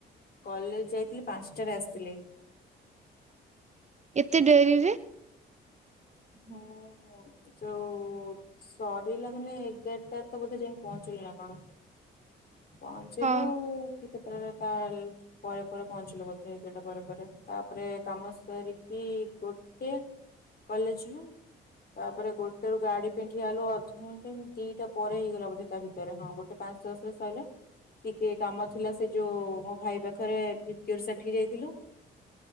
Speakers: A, on the left; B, on the right.
A: କଲେଜ ଯାଇଥିଲି ପାଞ୍ଚଟାରେ ଆସିଥିଲି।
B: ଏତେ ଡେରିରେ?
A: ହୁଁ ଯୋଉ ସରିଲା ମାନେ ଏଗାରଟାରେ ତ ବୋଧେ ଯାଇକି ପହଞ୍ଚ ନା କଣ ପହଞ୍ଚିଲୁ
B: ହଁ
A: କ୍ଷେତ୍ରରେ ତା ପରେ ପରେ ପହଞ୍ଚିଲୁ ବୋଧେ ସେଟା ପରେ ପରେ ତାପରେ କାମ ସାରିକି ଏ ଗୋଟେ କଲେଜ ରୁ ତାପରେ ଗୋଟେ ରୁ ଗାଡି ପାଇଁ ଠିଆ ହେଲୁ ଅଧଘଣ୍ଟା ଦିଟା ପରେ ହେଇଗଲା ବୋଧେ ତା ଭିତରେ ହଁ ଗୋଟେ ପା ଆସୁ ଆସୁ ସଇଲେ ଟିକେ କାମ ଥିଲା ସେ ଯୋଉ ମୋ ଭାଇ ପାଖରେ ଭିପ୍ କେୟାର ସେଠିକ ଯାଇଥିଲୁ।